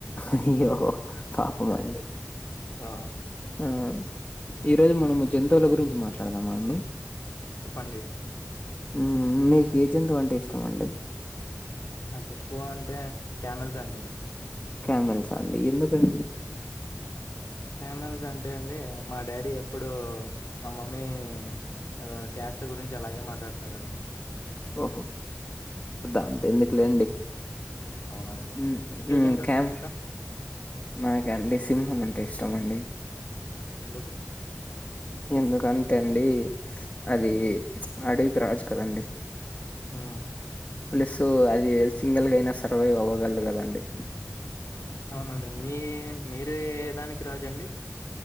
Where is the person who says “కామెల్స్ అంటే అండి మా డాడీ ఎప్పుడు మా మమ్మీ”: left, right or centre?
Left